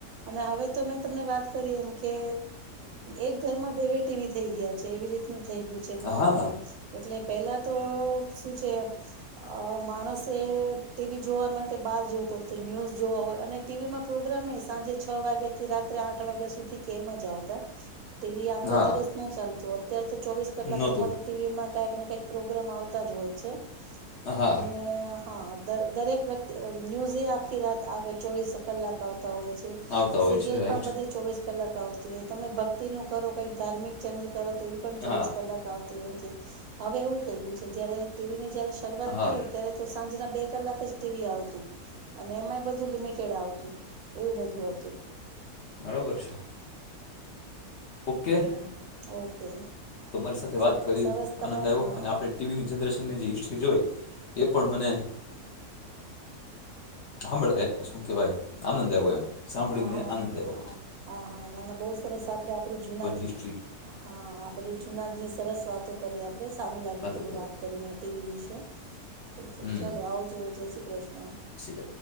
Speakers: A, on the right (about 70°); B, on the left (about 55°).
A: અને હવે તો મેં તમને વાત કરી એમ. કે એક ઘરમાં બે બેટી ભી થઈ ગયા છે એવી રીતનું. થઈ ગયું છે માહોલ
B: હા
A: એમ એટલે પેલા તો શું છે. અ માણસે ટીવી જોવા માટે બહાર જવું પડતું ન્યુઝ જોવા હોય અને ટીવીમાં પ્રોગ્રામ. સમય સાંજે છ વાગ્યા થી રાત્રે આઠ વાગ્યા સુધી. કેમ જ આવતા ટીવી આખો
B: હા
A: દિવસ ન ચાલતો અત્યારે તો ચોવીસ કલાક
B: નહોતું
A: તમારે ટીવીમાં. કઈક ને કઈક પ્રોગ્રામ આવતા જ હોય છે
B: હા
A: અને. હા દરેક વ્યક્તિ ન્યૂઝ આખી રાત આગળ ચોવીસ કલાક આવ.
B: આવતા હોય
A: સીરયલ
B: છે રાઈટ
A: પણ બધી ચોવીસ કલાક આવતી હોય તમે ભક્તિ નું કરો કઈક ધાર્મિક. ચેનલ કરો તો પણ ચોવીસ
B: હા
A: કલાક આવતી હોય છે હવે એવું થઈ ગયું છે જયારે ટીવી. જય્યારે શરૂઆત
B: હા
A: થઈ ત્યારે તો સાંજના બે કલાક જ ટીવી આવતું. અને એમાંય બધું લિમિટેડ આવતું એવું બધું હતું.
B: બરોબર છે. ઓકે.
A: હમ ઓકે.
B: તો મારી સાથે
A: સર
B: વાત કરી
A: સરસ તમે
B: આનંદ આવ્યો
A: હા
B: અને આપણે ટીવીની જનરેશનની જે હિસ્ટ્રી જોઈ. એ પણ મને. સાંભળ શું કેવાય આનંદ આવ્યો
A: હા
B: એમ સાંભળીને
A: હા હા
B: આનંદ આવો.
A: હા હા નાના બહુ સરસ આપણે આપણે જૂના
B: હિસ્ટ્રી
A: હા આપણે જૂનાજી સરસ. વાતો કરી આપણે સારું લાગ્યું
B: વાતો
A: થોડું
B: કરી
A: વાત કરીને ટીવી વિશે. ઠીક છે
B: હમ
A: ચાલો આવજો જય શ્રી કૃષ્ણ.
B: શ્જ.